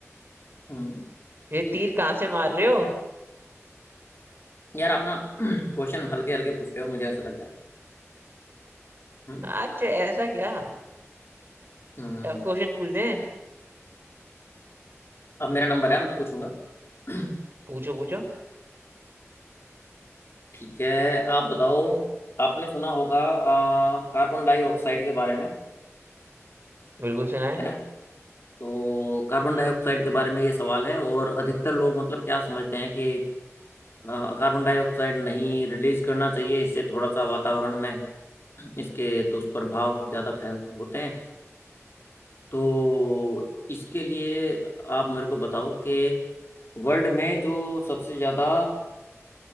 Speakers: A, on the left; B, on the right.
A: हम्म
B: ये तीर कहाँ से मार रहे हो
A: यार आप ना <clears throat> क्वेश्चन हल्के हल्के पूछ रहे <clears throat> हो मुझे ऐसा लग रहा है हम्म
B: अच्छा ऐसा क्या
A: हम्म
B: टफ क्वेश्चन पूछ दें
A: अब मेरा नंबर है मैं पूछूंगा <clears throat>
B: पूछो पूछो
A: ठीक है आप बताओ आपने सुना होगा आ, कार्बन डाइऑक्साइड के बारे में
B: बिल्कुल सुना है
A: है ना तो कार्बन
B: हम्म
A: डाइऑक्साइड के बारे में ये सवाल है और अधिकतर लोग मतलब क्या समझते हैं कि आ, कार्बन डाइऑक्साइड नहीं रिलीज करना चाहिए इससे थोड़ा सा वातावरण में इसके दुष्प्रभाव ज़्यादा फैल होते हैं तो इसके लिए आप मेरे को बताओ कि वर्ल्ड में जो सबसे ज़्यादा